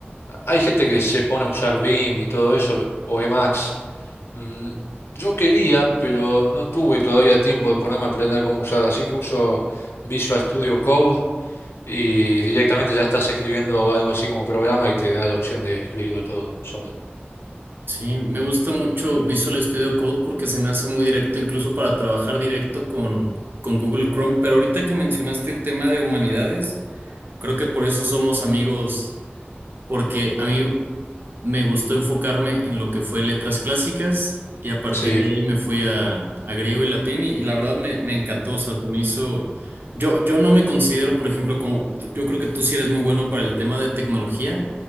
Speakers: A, on the left; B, on the right.
A: Hay gente que se pone a usar vim y todo eso, o Emacs. Mm, yo quería, pero no tuve todavía tiempo de ponerme a aprender cómo usar, así que uso Visual Studio Code y directamente ya estás escribiendo algo así como programa y te da la opción de escribirlo todo solo.
B: Sí, me gusta mucho Visual Studio Code porque se me hace muy directo, incluso para trabajar directo con, con Google Chrome. Pero ahorita que mencionaste el tema de humanidades, creo que por eso somos amigos porque a mí me gustó enfocarme en lo que fue letras clásicas y a partir
A: Sí,
B: de ahí me fui a, a griego y latín y, y la verdad me, me encantó, o sea, se me hizo... Yo, yo no me considero, por ejemplo, como t- yo creo que tú sí eres muy bueno para el tema de tecnología,